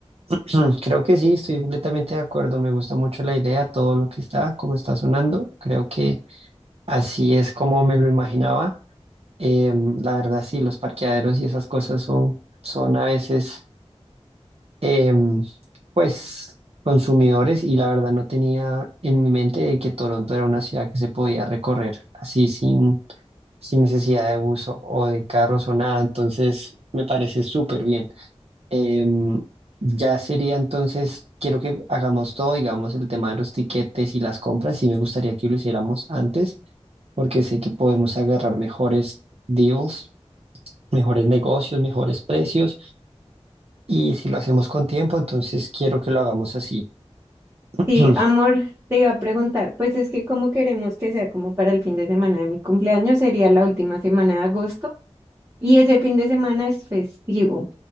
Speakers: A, on the right (about 65°); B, on the right (about 25°).
A: <clears throat> Creo que sí, estoy completamente de acuerdo. Me gusta mucho la idea, todo lo que está, como está sonando. Creo que así es como me lo imaginaba. Em, la verdad, sí, los parqueaderos y esas cosas son, son a veces, em, pues, consumidores y la verdad no tenía en mi mente de que Toronto era una ciudad que se podía recorrer así sin, sin necesidad de buzo o de carros o nada. Entonces, me parece súper bien. Em, ya sería entonces, quiero que hagamos todo, digamos, el tema de los tiquetes y las compras. Sí me gustaría que lo hiciéramos antes, porque sé que podemos agarrar mejores deals, mejores negocios, mejores precios. Y si lo hacemos con tiempo, entonces quiero que lo hagamos así. <clears throat>
B: Sí, amor, te iba a preguntar, pues es que como queremos que sea como para el fin de semana de mi cumpleaños, sería la última semana de agosto y ese fin de semana es festivo,